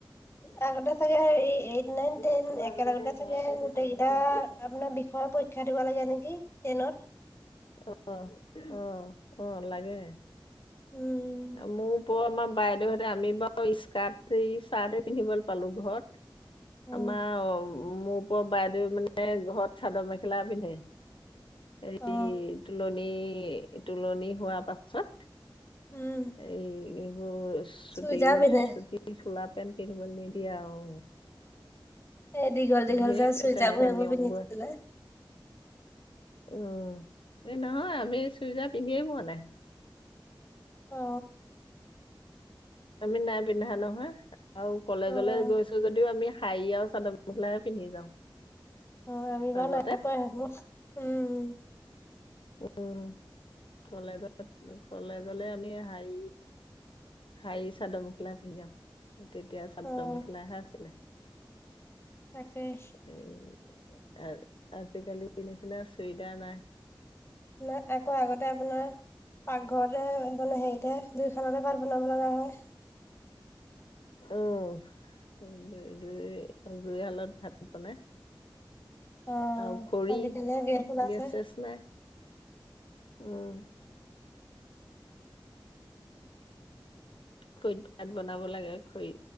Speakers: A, on the left; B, on the left.
A: আগতে চাগে হেৰি এইট নাইন টেন
B: তাকো
A: একেলগতে
B: আগতে যে
A: থাকে
B: ঘৰতে যে
A: গোটেইকেইটা
B: চাদৰ মেখেলা পিন্ধি থাকে সেইটো
A: আপোনাৰ বিষ পৰীক্ষা দিব লাগে নেকি টেইনত
B: অ আহ আহ লাগে।
A: উম
B: মোৰ ওপৰৰ আমাৰ বাইদেউহতে আমি বাৰু স্কাৰ্ট এই চাৰ্টেই পিন্ধিব পালো ঘৰত
A: উম
B: আমাৰ মোৰ ওপৰৰ বাইদেউ মানে ঘৰত চাদৰ মেখেলা পিন্ধে। এই
A: অ
B: তুলনি তুলনি হোৱাৰ পাছত।
A: উম
B: এই এইবোৰ চুটি
A: চুইজাৰ পিন্ধে
B: চুটি চোলা পেন্ট পিন্ধিবলৈ নিদিয়ে আৰু
A: এ দীঘল দীঘল
B: ঢেৰ
A: যে চুইজাৰ
B: তেনেকুৱা
A: বোৰ সেইবোৰ
B: নিয়মবোৰ
A: পিন্ধিছিলে।
B: উ এই নহয় আমি চুইদাৰ পিন্ধিয়ে পোৱা নাই।
A: অ
B: আমি নাই পিন্ধা নহয় আও কলেজলে
A: অ',
B: গৈছো যদিও আমি শাৰী আৰু চাদ মেখেলা হে পিন্ধি যাওঁ
A: অ আমি বাৰু
B: আগতে
A: নাই পোৱা হেবোৰ উম
B: উম, কলেজত কলেজলে আমি হাই হাৰী চাদৰ মেখেলা পিন্ধি যাওঁ তেতিয়া চাদৰ
A: অ',
B: মেখেলাহে আছিলে
A: তাকেই
B: এ আজিকালি নিচিনা চুইদাৰ নাই
A: নাই আকৌ আগতে আপোনাৰ পাকঘৰতে মানে হেৰিতে জুই শালতে ভাত বনাব লগা হয়।
B: উম জুই জুই জুইশালত ভাত বনাই
A: অ',
B: আৰু খৰি
A: আজিকালিহে ওলাইছে,
B: গেছ চেছ নাই উম খৰিত ভাত বনাব লাগে খৰি